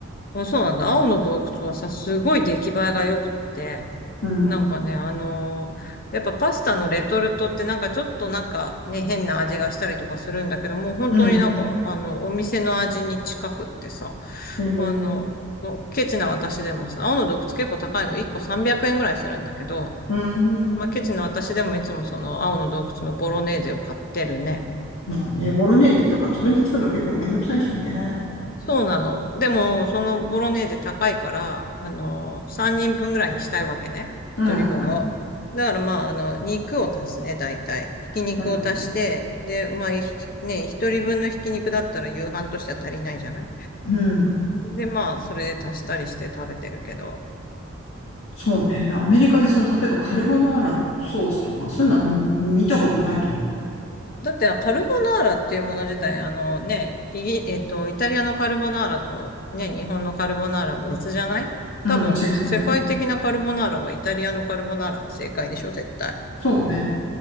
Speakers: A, on the left; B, on the left.
A: あ、そうなんだ。青の洞窟はさ、すごい出来栄えが良くって、
B: うん。
A: なんかね、あのーやっぱパスタのレトルトってなんかちょっとなんかね、変な味がしたりとかするんだけど、もう本当になんか、
B: うん。
A: あの、お店の味に近くってさ、
B: うん。
A: あの、おケチな私でもさ、青の洞窟結構高いの、1個300円ぐらいするんだけど、
B: うん。
A: まあ、ケチな私でもいつもその青の洞窟のボロネーゼを買ってるね。
B: まあね、ボロネーゼとか自分で作るの結構めんどくさいしね。
A: そうなの。でも、そのボロネーゼ高いから、あの、3人分ぐらいにしたいわけね。
B: うん。
A: 1人分を。
B: うん。
A: だからまあ、あの、肉を足すね、大体。ひき肉を足して、
B: うん。
A: で、まあ、ひね、1人分のひき肉だったら夕飯としては足りないじゃない
B: うん。
A: で、まあ、それで足したりして食べてるけど。
B: そうね。なアメリカでその、例えばカルボナーラのソースとか、そういうのは見見たことないと思う。
A: だって、カルボナーラっていうもの自体、あのね、イギ、えっと、イタリアのカルボナーラとね、日本のカルボナーラは別じゃない多分、
B: うん、違うね。
A: 世界的なカルボナーラはイタリアのカルボナーラが正解でしょ、絶対。
B: そうね。